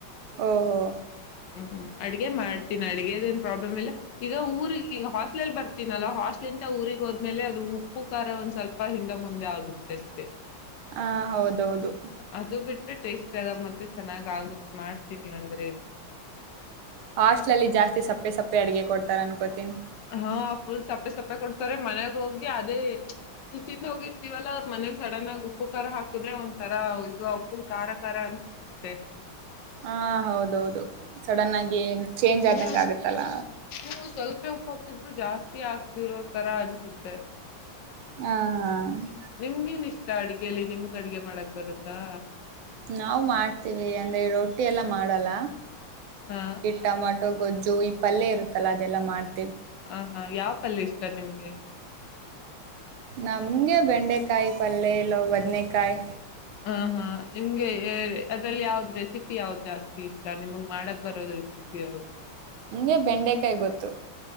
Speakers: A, on the right; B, on the left.
A: ಓಹೋ
B: ಹ್ಮ್, ಹ್ಮ್ ಅಡ್ಗೆ, ಮಾಡ್ತೀನಿ. ಅಡಗೆದ ಏನ್ ಪ್ರಾಬ್ಲಮ್ಇಲ್ಲಲ ಈಗ ಊರಿಗೆ ಈಗ ಹಾಸ್ಟ್ಲೆಲ್, ಬರ್ತೀನಲ್ಲ ಹಾಸ್ಟ್ಲ್ ಇಿಂದ ಊಗ್ ಹೋದ್ಮೇಲೆ. ಅದು ಉಪ್ಪುಖಾರ ಒಂದ ಸ್ವಲ್ಪ ಹಿಂದೆ, ಮುಂದೆ ಆಗುತ್ತೆ ಅಷ್ಟೆ.
A: ಹಾ, ಹೌದೌದು.
B: ಅದು ಬಿಟ್ರೆ ಟೇಸ್ಟ್, ಅದ ಮತ್ತೆ ಚೆನ್ನಾಗಗುತ್ತೆ ಮಾಡ್ತೀನಿ ಅಂದ್ರೆ
A: ಹಾಸ್ಟ್ಲಲ್ಲಿ ಜಾಸ್ತಿ ಸಪ್ಪೆ ಸಪ್ಪೆ, ಅಡಗೆ ಕೊಡ್ತಾರ ಅನ್ಕೋತನಿ.
B: ಹಾ, ಫುಲ್ ಸಪ್ಪೆ ಸಪ್ಪೆ ಕೊಡ್ತಾರೆ, ಮನೆಗೆ ಹೋಗಿ ಅದೇ ನೀ ತಿಂದು ಹೋಗಿರ್ತೀವಲ್ಲ ಅವ್ರ ಮನೆಗ್ ಸಡನ್ ಆಗಿ ಉಪ್ಪು ಖಾರ, ಹಾಕಿದ್ರೆ. ಒಂದಥರ ಇದು ಫುಲ್ ಖಾರ ಖಾರ ಅನ್ಸುತ್ತೆ.
A: ಹ, ಹೌದೌದು, ಸಡನ್ ಆಗಿ ಚೇಂಜ್,
B: ನೀವು
A: ಆದ್ದಂಗ ಆಗತ್ತಲ್ಲಾ.
B: ನೀವು ಸ್ವಲ್ಪ ಉಪ್ಪು ಹಾಕಿದ್ರು ಜಾಸ್ತಿ ಆಗ್ದಿರೋರ್ ತರ ಅನ್ಸುತ್ತೆ.
A: ಹಾ, ಹ
B: ನಿಮ್ಗೇನ್, ಇಷ್ಟ ಅಡಗೆಲಿ ನಿಮ್ಗ್ ಅಡ್ಗೆ ಮಾಡಕ್ ಬರುತ್ತಾ?
A: ನಾವವು, ಮಾಡ್ತೀವಿ. ಅಂದ್ರೆ ರೊಟ್ಟಿ ಎಲ್ಲಾ ಮಾಡಲ್ಲ.
B: ಹಾ
A: ಇಂಡ ಮಾಡ್ ಗೊಜ್ಜು, ಈ ಪಲ್ಲೆ ಇರುತ್ತಲ್ಲ, ಅದೆಲ್ಲ ಮಾಡ್ತೀವಿ.
B: ಹ, ಹಾ ಯಾವ ಪಲ್ಯ ಇಷ್ಟ ನಿಮ್ಗೆ?
A: ನಮ್ಗೆ, ಬೆಂಡೆಕಾಯಿ ಪಲ್ಲೆ ಇಲ್ಲೋ ಬದ್ನೆೇಕಾಯಿ.
B: ಹ, ಹಾ ನಿಮ್ಗೆ ಅದ್ರಲ್ಲಿ ಯಾವ್ದ್ ರೆಸಿಪಿ. ಯಾವ್ದ್ ಜಾಸ್ತಿ? ಇಷ್ಟ ನಿಮಗ್ ಮಾಡಕ್ ಬರೋದ ರೆಸಿಪಿ ಯಾವ್ದು. <unintelligible>
A: ಹಂಗೆ, ಬೆಂಡೆಕಾಯಿ. ಗೊತ್ತು? <inaudible>